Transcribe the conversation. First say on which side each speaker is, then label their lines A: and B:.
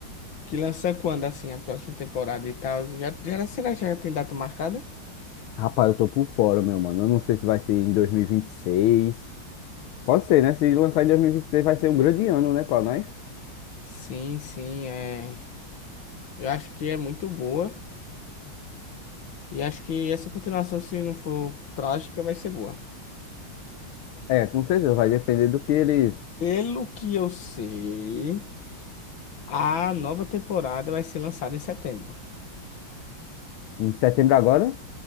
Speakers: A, on the left; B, on the left.
A: que lança quando, assim, a próxima temporada e tal? Já, já, será que já tem data marcada?
B: Rapaz, eu tô por fora, meu mano. Eu não sei se vai ser em 2026. Pode ser, né? Se lançar em 2026 vai ser um grande ano, né, pra nós?
A: Sim, sim, é. Eu acho que é muito boa. E acho que essa continuação, se não for trágica, vai ser boa.
B: É, com certeza. Vai depender do que eles.
A: Pelo que eu sei, a nova temporada vai ser lançada em setembro.
B: Em setembro agora?